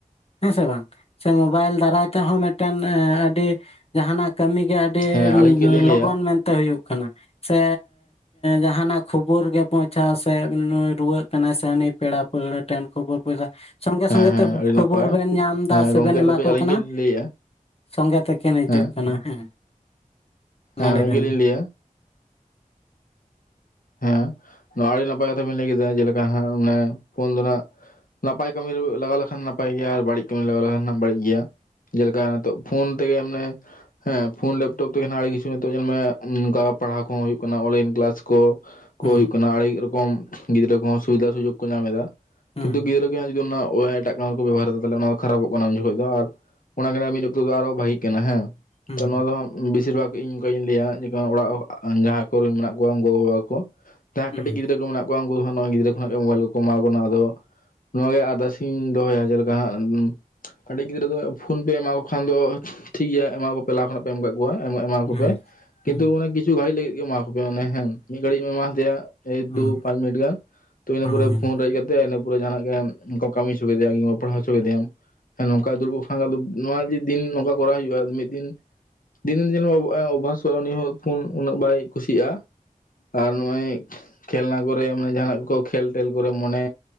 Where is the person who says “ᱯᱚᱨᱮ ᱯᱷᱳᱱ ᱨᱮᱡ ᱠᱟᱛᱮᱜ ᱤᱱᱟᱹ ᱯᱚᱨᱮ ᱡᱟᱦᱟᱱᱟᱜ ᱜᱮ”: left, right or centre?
Left